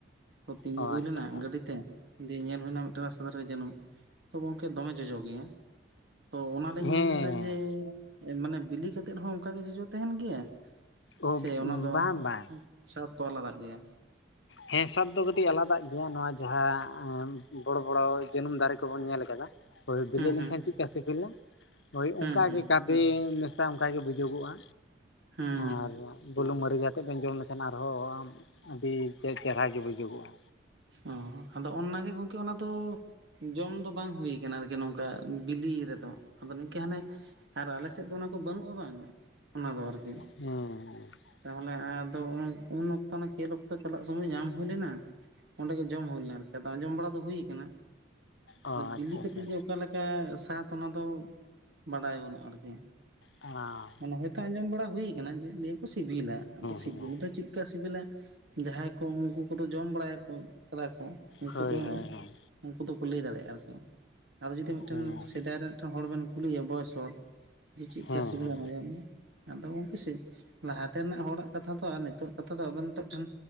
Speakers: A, on the right; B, on the left.
A: ᱛᱚ ᱛᱤᱸᱜᱩ
B: ᱚ
A: ᱦᱩᱭ
B: ᱟᱪᱪᱷᱟ
A: ᱞᱮᱱᱟ
B: ᱟᱪᱪᱷᱟ
A: ᱜᱟᱹᱰᱤ ᱛᱮ ᱫᱤᱭᱮ ᱧᱮᱞ ᱦᱩᱭᱱᱟ ᱢᱤᱫ ᱴᱮᱱ ᱨᱟᱥᱛᱟᱫᱷᱟᱨᱮ ᱨᱮ ᱡᱟᱹᱱᱩᱢ ᱛᱚ ᱜᱚᱝᱠᱮ ᱫᱚᱢᱮ ᱡᱚᱡᱚ ᱜᱮᱭᱟ ᱛᱚ ᱚᱱᱟᱞᱤᱧ
B: ᱦᱮᱸ
A: ᱢᱮᱱᱫᱟ ᱡᱮ ᱢᱟᱱᱮ ᱵᱤᱞᱤ ᱠᱟᱛᱮᱜ ᱦᱚᱸ ᱚᱱᱠᱟᱜᱮ ᱡᱚᱡᱚ ᱛᱟᱦᱮᱱ ᱜᱮᱭᱟ
B: ᱚ
A: ᱥᱮ ᱚᱱᱟ ᱫᱚ
B: ᱵᱟᱝ ᱵᱟᱝ
A: ᱥᱟᱨ ᱠᱚ ᱟᱞᱟᱫᱟᱜ ᱜᱮᱭᱟ
B: ᱦᱮᱸ ᱥᱟᱫ ᱫᱚ ᱠᱟᱹᱴᱤᱡ ᱟᱞᱟᱫᱟᱜ ᱜᱮᱭᱟ ᱱᱚᱣᱟ ᱡᱟᱦᱟᱸ ᱵᱚᱲᱚ ᱵᱚᱲᱚ ᱡᱟᱹᱱᱩᱢ ᱫᱟᱨᱮ ᱠᱚᱵᱚᱱ ᱧᱮᱞ ᱠᱟᱫᱟ ᱵᱤᱞᱤ
A: ᱦᱩᱸ
B: ᱞᱮᱱᱠᱷᱟᱱ ᱪᱮᱫ ᱠᱟ ᱥᱤᱵᱤᱞᱟ ᱦᱳᱭ
A: ᱦᱩᱸ
B: ᱚᱱᱠᱟᱜ
A: ᱦᱩᱸ
B: ᱜᱮ ᱜᱟᱵᱮ ᱢᱮᱥᱟ ᱚᱱᱠᱟᱜᱴ ᱜᱮ ᱵᱩᱡᱩᱜᱚᱜᱼᱟ
A: ᱦᱮᱸ
B: ᱟᱨ ᱵᱩᱞᱩᱝ ᱢᱟᱹᱨᱤ ᱟᱛᱮᱫ ᱵᱮᱱ ᱡᱚᱢ ᱞᱮᱠᱷᱟᱱ ᱟᱨᱦᱚᱸ ᱟᱹᱰᱤ ᱪᱮᱨᱦᱟ ᱜᱮ ᱵᱩᱡᱩᱜᱚᱜᱼᱟ
A: ᱚ ᱟᱫᱚ ᱚᱱᱟᱜᱮ ᱜᱚᱝᱠᱮ ᱚᱱᱟ ᱫᱚ ᱡᱚᱢ ᱫᱚ ᱵᱟᱝ ᱦᱩᱭ ᱠᱟᱱᱟ ᱟᱨᱠᱤ ᱱᱚᱝᱠᱟ ᱚᱱᱠᱟ ᱵᱤᱞᱤ ᱨᱮᱫᱚ ᱟᱫᱚ ᱱᱤᱝᱠᱟᱹ ᱦᱟᱱᱮ ᱟᱨ ᱟᱞᱮᱥᱮᱫ ᱫᱚ ᱚᱱᱟ ᱠᱚ ᱵᱟᱹᱱᱩᱜᱼᱟ ᱵᱟᱝ ᱚᱱᱟ ᱫᱚ ᱟᱨᱠᱤ
B: ᱦᱮᱸ
A: ᱛᱟᱦᱚᱞᱮ ᱟᱫᱚ ᱩᱱ ᱚᱠᱛᱚ ᱚᱱᱟ ᱠᱷᱮᱞ ᱚᱠᱛᱚ ᱪᱟᱞᱟᱜ ᱥᱚᱢᱚᱭ ᱧᱟᱢ ᱦᱩᱭ ᱞᱮᱱᱟ ᱚᱸᱰᱮ ᱜᱮ ᱡᱚᱢ ᱦᱩᱭ ᱞᱮᱱᱟ ᱟᱨᱠᱤ ᱟᱸᱡᱚᱢ ᱵᱟᱲᱟ ᱫᱚ ᱦᱩᱭ ᱟᱠᱟᱱᱟ
B: ᱚ ᱟᱪᱪᱷᱟ
A: ᱵᱤᱞᱤ ᱠᱟᱛᱮᱜ
B: ᱟᱪᱪᱷᱟ
A: ᱡᱮ ᱚᱠᱟ ᱞᱮᱠᱟ ᱥᱟᱫ ᱚᱱᱟ ᱫᱚ ᱵᱟᱰᱟᱭ ᱵᱟᱹᱱᱩᱜᱼᱟ ᱟᱨᱠᱤ
B: ᱚ
A: ᱦᱚᱭᱛᱚ ᱟᱸᱡᱚᱢ ᱵᱟᱲᱟ ᱦᱩᱭ ᱠᱟᱱᱟ ᱞᱤᱭᱟᱹᱠᱚ ᱥᱤᱵᱤᱞᱟ ᱟᱫᱚ ᱥᱤᱵᱤᱞ
B: ᱦᱮᱸ
A: ᱫᱚ ᱪᱮᱫ ᱪᱤᱠᱟᱹ ᱥᱤᱵᱤᱞᱟ ᱡᱟᱦᱟᱸᱭ ᱠᱚ ᱩᱱᱠᱩ ᱠᱚ ᱫᱚ ᱡᱚᱢ ᱵᱟᱲᱟᱭ ᱠᱚ ᱠᱟᱫᱟ ᱠᱚ ᱩᱱᱠᱩ
B: ᱦᱳᱭ
A: ᱫᱚ
B: ᱦᱳᱭ
A: ᱩᱱᱠᱩ ᱫᱚᱠᱚ ᱞᱟᱹᱭ ᱫᱟᱲᱮᱭᱟᱜᱼᱟ ᱟᱨᱠᱤ ᱟᱫᱚ ᱡᱩᱫᱤ ᱢᱤᱫ ᱴᱮᱱ
B: ᱦᱳᱭ
A: ᱥᱮᱫᱟᱭ ᱨᱮᱱ ᱢᱤᱫᱮᱱ ᱦᱚᱲ ᱵᱮᱱ ᱠᱩᱞᱤᱭ ᱵᱚᱭᱮᱥ ᱦᱚᱲᱮ ᱪᱮᱫᱠᱟ
B: ᱦᱮᱸ
A: ᱥᱤᱵᱤᱞ
B: ᱦᱮᱸ
A: <inaudible> ᱟᱫᱚ ᱜᱚᱢᱠᱮ ᱥᱮ ᱞᱟᱦᱟ ᱛᱮᱱᱟᱜ ᱦᱚᱲᱟᱜ ᱠᱟᱛᱷᱟ ᱫᱚ ᱟᱨ ᱱᱤᱛᱳᱜ ᱠᱟᱛᱷᱟ ᱫᱚ ᱟᱵᱮᱱ ᱱᱤᱛᱳᱜ ᱴᱷᱮᱱ